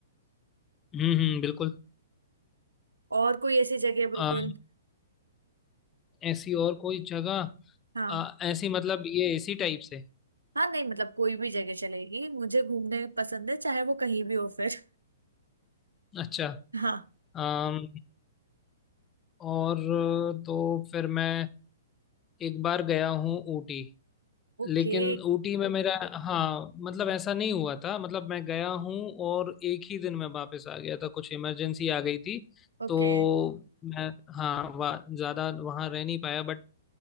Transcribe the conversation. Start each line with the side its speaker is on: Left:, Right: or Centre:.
Left: हम्म हम्म बिल्कुल
Right: और कोई ऐसी जगह बिल्कुल
Left: आ, ऐसी और कोई जगह
Right: हाँ
Left: आ, ऐसी मतलब ये इसी टाइप से
Right: हाँ नहीं मतलब कोई भी जगह चलेगी मुझे घूमने पसंद है चाहे वो कहीं भी हो फिर
Left: अच्छा
Right: <laughs> हाँ
Left: अम, और तो फिर मैं एक बार गया हूँ ऊटी
Right: ओके
Left: लेकिन ऊटी में मेरा हाँ मतलब ऐसा नहीं हुआ था मतलब मैं गया हूँ और एक ही दिन में वापस आ गया था कुछ इमरजेंसी आ गई थी
Right: ओके
Left: तो मैं हाँ वा, ज्यादा वहाँ रह नहीं पाया बट